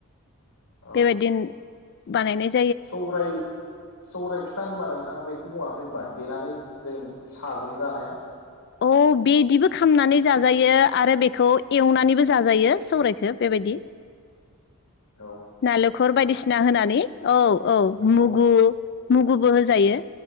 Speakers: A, on the left (about 80°); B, on the left (about 50°).
A: औ
B: बेबायदिनो। बानायनाय जा
A: सौराय सौराय फिथा होनबा नोंथाङा बे खौ बुङाखै होनबा देनानै जों साजों जानाया?
B: औ बिदिबो खामनानै जाजायो आरो बेखौ एवनानैबो जाजायो सौरायखौ बेबायदि।
A: औ
B: नालेखर बायदिसिना होनानै औ औ
A: नंगौ
B: मुगु मुगुबो होजायो।